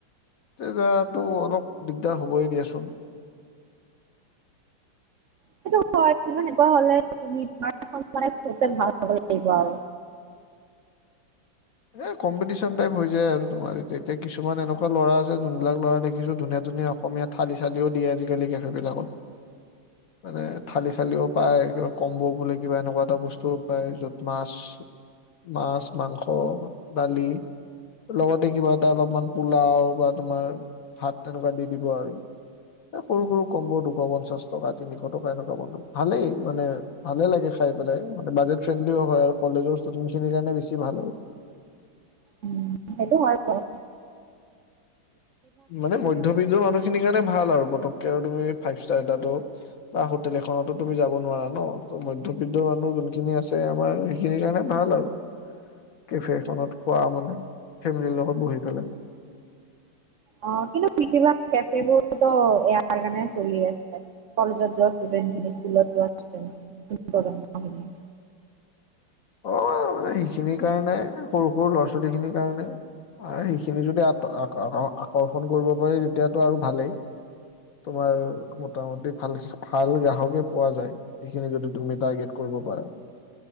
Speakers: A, on the left (about 55°); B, on the right (about 85°).
A: তেতাতো অলপ দিগদাৰ হবই দিয়াচোন।
B: সেইটো হয় কিমান সনেকুৱা হলে তুমিমাৰ মানে ভাল হব লাগিব আৰু
A: এ কম্পিটিচন টাইপ হৈ যায় আৰু তোমাৰ এতিয়া, এতিয়া কিছুমান এনেকুৱা ল'ৰা আছে যোনবিলাক ল'ৰা দেখিছো ধুনীয়া-ধুনীয়া অসমীয়া থালি-চালিও দিয়ে আজিকালি কেফে বিলাকত, মানে থালি-চালিও পায়, কিবা কম্বৌ বোলে কিবা এনেকুৱা এটা বস্তুও পায়, যত মাছ, মাছ-মাংস অ, দালি, লগতে কিবা এটা অলপমান পোলাও বা তোমাৰ ভাত তেনেকুৱা দি দিব আৰু, এ সৰু-সৰু কম ব দুশ পঞ্চাশ টকা, তিনিশ টকা, এনেকুৱা বন, ভালেই, মানে ভালে লাগে খাই পেলাই, মানে বাজেট ফ্ৰেণ্ডলিও হয় আৰু কলেজৰ ষ্টুডেন্ট খিনিৰ কাৰণে বেছি ভাল আৰু-
B: উম, সেইটো হয় বাৰু
A: মানে মধ্যবিত্তৰ মানুহখিনিৰ কাৰণে ভাল আৰু পটককে আৰু তুমি ফাইভষ্টাৰ এটাতো বা হোটেল এখনতো তুমি যাব নোৱাৰা ন, মধ্যবিত্ত মানুহ যোনখিনি আছে আমাৰ সেইখিনৰ কাৰনে ভাল আৰু কেফে এখনত খোৱা মানে ফেমিলিৰ লগত বহিপেলাই -
B: অ কিন্তু বেছিভাগ কেফেবোৰতো এয়াৰ কাৰণে চলি আছে, কলেজত যোৱা ষ্টুডেন্ট খিনি, স্কুলত যোৱা ষ্টুডেন্ট, নতুন প্ৰজন্মখিনি-
A: অ মানে সেইখিনিৰ কাৰণে, সৰু-সৰু ল'ৰা-ছোৱালীখিনিৰ কাৰণে, সেইখিনি যদি আত আকৰ্ষণ কৰিব পাৰি তেতিয়াতো আৰু ভালেই, তোমাৰ মোটামুটি ভাল-ভাল গ্ৰাহকে পোৱা যায় সেইখিনি যদি তুমি টাৰ্গেট কৰিব পাৰা।